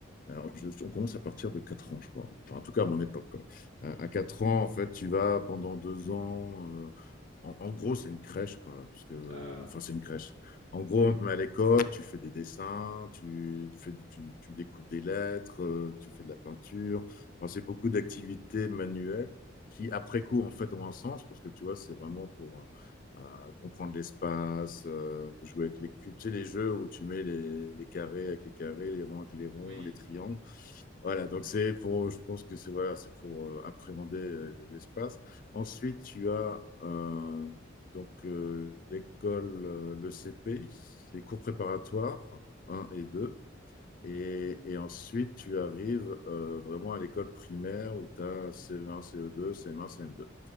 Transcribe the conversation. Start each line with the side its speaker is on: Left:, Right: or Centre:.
Left: Alors, je, on commence à partir de 4 ans, je crois. Enfin, en tout cas, à mon époque. quoi. À,
Right: mhm.
Left: à 4 ans, en fait, tu vas pendant deux ans. euh, en, en gros, c'est une crèche, quoi. Parce que,
Right: Ah,
Left: enfin, c'est une crèche. En gros, on te met à l'école, tu fais des dessins, tu, fais, tu, tu découpes des lettres, euh, tu fais de la peinture. Enfin, c'est
Right: mhm.
Left: beaucoup d'activités manuelles qui, après coup, en fait, ont un sens. Parce que, tu vois, c'est vraiment pour. euh, comprendre l'espace, euh, jouer avec les cubes, tu sais, les jeux où tu mets les, les carrés avec les carrés, les ronds avec les ronds,
Right: Oui.
Left: les triangles. Voilà, donc c'est pour, je pense que c'est voilà, c'est pour euh, appréhender euh, l'espace.
Right: Mhm,
Left: Ensuite, tu as euh, donc euh, l'école, euh, le CP, c'est les cours préparatoires un et deux
Right: mhm.
Left: Et, et ensuite, tu arrives euh, vraiment à l'école primaire où tu as CE1, CE2, CM1, CM2.